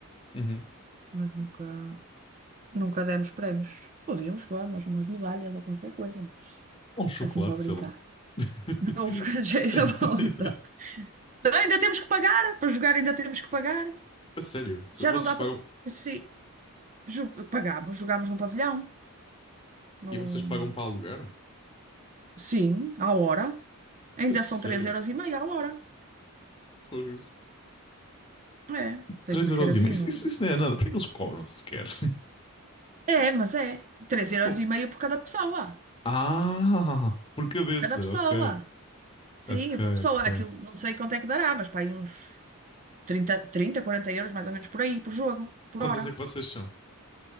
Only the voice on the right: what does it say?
mas nunca, nunca demos prémios. Podíamos, vamos, umas medalhas ou qualquer coisa,
assim para brincar.
<laughs> Não, porque já era bom, <laughs> exato. Ainda temos que pagar, para jogar ainda temos que pagar.
Já
não dá
para. Sim, ju- pagámos, jogámos num pavilhão. Num...
Sim, à hora. Ainda
são 3 euros e meio à hora.
É, tem
que
ser assim.
Não...
É, mas é. três
euros
e meio por cada pessoa.
Cada pessoa.
Sim,
por pessoa.
Aquilo, não sei quanto é que dará, mas pá, aí uns trinta, trinta, 40 euros mais ou menos por aí, por jogo, por
hora.